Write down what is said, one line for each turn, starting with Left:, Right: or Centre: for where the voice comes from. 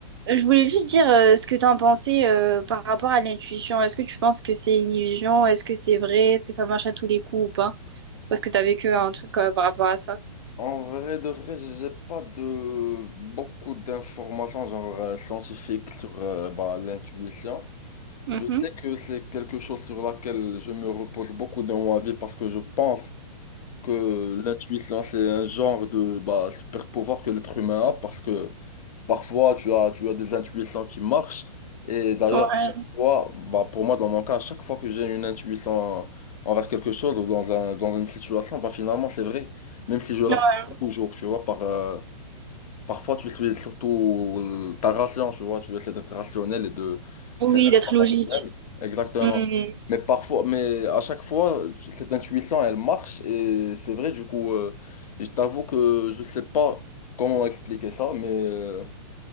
Right: Je voulais juste dire euh, ce que tu en pensais euh, par rapport à l'intuition. Est-ce que tu penses que c'est une illusion? Est-ce que c'est vrai? Est-ce que ça marche à tous les coups ou pas? Ou est-ce que tu as vécu un truc euh, par rapport à ça?
Left: En vrai de vrai, j'ai pas de beaucoup d'informations genre euh, scientifiques sur euh, bah, l'intuition.
Right: Mhm.
Left: Je sais que c'est quelque chose sur laquelle je me repose beaucoup dans ma vie parce que je pense que l'intuition, c'est un genre de bah, super pouvoir que l'être humain a parce que parfois tu as, tu as des intuitions qui marchent. Et d'ailleurs,
Right: Ouais.
Left: à chaque fois, bah, pour moi, dans mon cas, à chaque fois que j'ai une intuition envers quelque chose ou dans un, dans une situation, bah, finalement, c'est vrai. Même si je la
Right: Ouais.
Left: suis pas toujours, tu vois, par, euh, Parfois, tu suis surtout euh, ta ration, tu vois, tu essaies d'être rationnel et de
Right: Oui,
Left: faire un
Right: d'être
Left: choix
Right: logique.
Left: rationnel. Exactement.
Right: Mhm.
Left: Mais parfois, mais à chaque fois, tu- cette intuition, elle marche et c'est vrai, du coup, euh, je t'avoue que je sais pas comment expliquer ça, mais, euh,